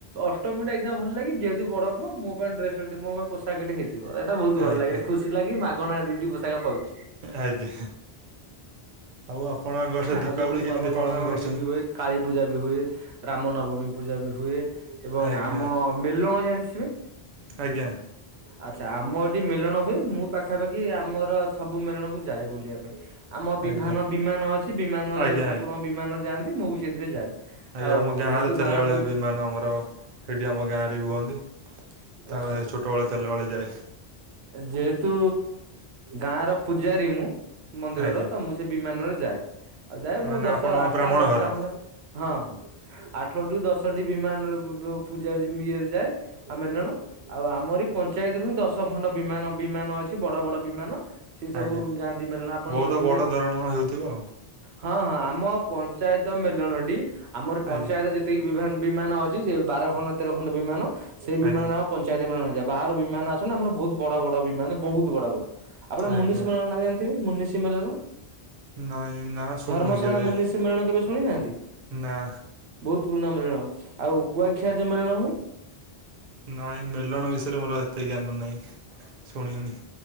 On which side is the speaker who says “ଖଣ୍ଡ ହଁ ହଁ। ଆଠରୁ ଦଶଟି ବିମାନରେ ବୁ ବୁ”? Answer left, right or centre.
Right